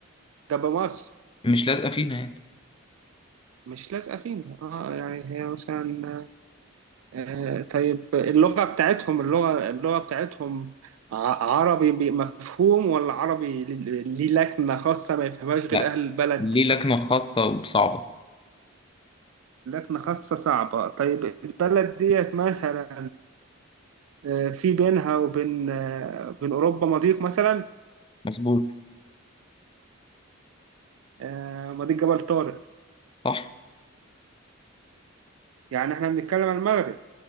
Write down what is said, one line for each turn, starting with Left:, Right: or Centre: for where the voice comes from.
Right: ده مصر
Left: مش لازقة فينا يعني
Right: مش لازقة فينا اه يعني هي مثلا آه طيب اللغة بتاعتهم اللغة اللغة بتاعتهم ع- عربي بي- مفهوم ولا عربي ليه ليه لكنة خاصة ما يفهمهاش غير
Left: لا
Right: أهل البلد
Left: ليه لكنة خاصة وصعبة
Right: لكنة خاصة صعبة طيب البلد ديت مثلا آه، آه، في بينها وبين آه، بين أوروبا مضيق مثلا
Left: مظبوط
Right: آه، مضيق جبل طارق
Left: صح
Right: يعني احنا بنتكلم عن المغرب